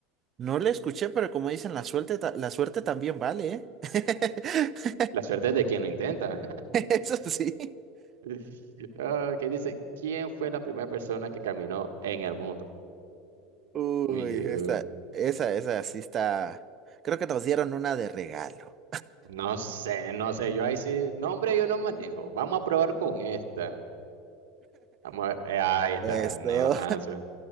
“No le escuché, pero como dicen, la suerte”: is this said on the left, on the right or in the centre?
Right